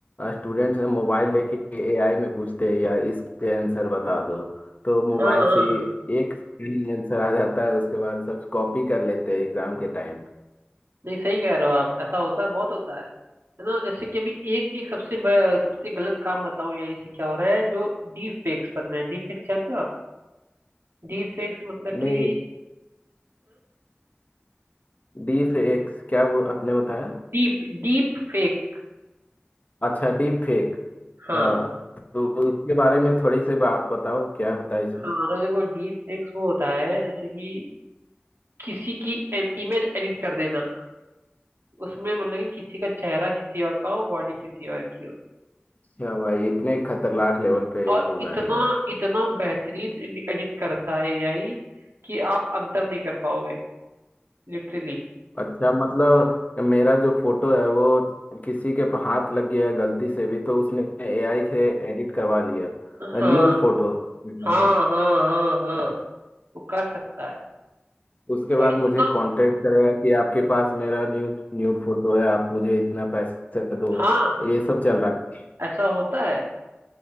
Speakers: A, on the left; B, on the right.
A: स्टूडेंट्स मोबाइल लेके एआई में पूछते हैं यार इसके आंसर बता दो तो मोबाइल
B: हाँ हाँ
A: से ही एक सही आंसर आ जाता है उसके बाद सब कॉपी कर लेते हैं एग्जाम के टाइम
B: नहीं सही कह रहे हो आप ऐसा होता है बहुत होता है है ना जैसे कि अभी एक एक सबसे ब- सबसे गलत काम बताऊं या इससे क्या हो रहा है जो डीप फेक्स बन रहा है डीप फेक्स जानते हो आप डीप फेक्स मतलब
A: नहीं
B: कि
A: डीप फेक क्या वो आपने बताया
B: डीप डीप फेक
A: अच्छा डीप फेक
B: हाँ
A: हाँ तो इसके बारे में थोड़ी सी आप बताओ क्या होता है इसमें
B: हाँ तो देखो डीप फेक्स वो होता है जैसे कि किसी की इमेज एडिट कर देना उसमें मतलब कि किसी का चेहरा किसी और का हो बॉडी किसी और की हो
A: क्या भाई इतने खतरनाक लेवल पे
B: और
A: हो रहा
B: इतना
A: है यार
B: इतना बेहतरीन एडिट करता है एआई कि आप अंतर नहीं कर पाओगे लिटरली
A: अच्छा मतलब मेरा जो फोटो है वो किसी के प- हाथ लग गया है गलती से भी तो उसने एआई से एडिट करवा लिया
B: हाँ
A: न्यूड फोटो
B: हाँ
A: है
B: हाँ हाँ हाँ वो कर सकता है
A: उसके बाद
B: और इतना
A: मुझे कांटेक्ट करेगा कि आपके पास मेरा न्यूड न्यूड फोटो है आप मुझे इतना पैसे दो
B: हाँ
A: ये सब चल रहा है
B: ऐसा होता है